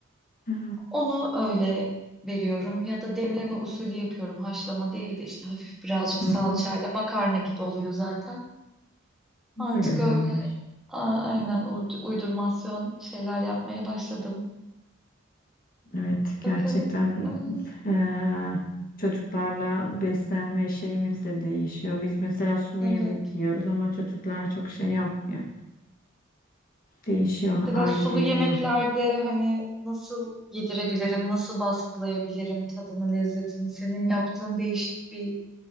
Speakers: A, on the left; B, in the centre.
A: Ha.
B: Onu öyle veriyorum ya da demleme usulü yapıyorum. Haşlama değil de işte hafif birazcık
A: Hı
B: salçayla
A: hı.
B: makarna gibi oluyor zaten.
A: Bu
B: Artık
A: da güzelmiş.
B: öyle a- aynen uydu- uydurmasyon şeyler yapmaya başladım.
A: Evet, gerçekten
B: Bakalım. Hı,
A: eee, çocuklarla beslenme şeyimiz de değişiyor. Biz mesela sulu
B: Evet.
A: yemek yiyoruz ama çocuklar çok şey yapmıyor. Değişiyor
B: Mesela
A: aileyle.
B: sulu yemeklerde hani nasıl yedirebilirim, nasıl baskılayabilirim tadını, lezzetini? Senin yaptığın değişik bir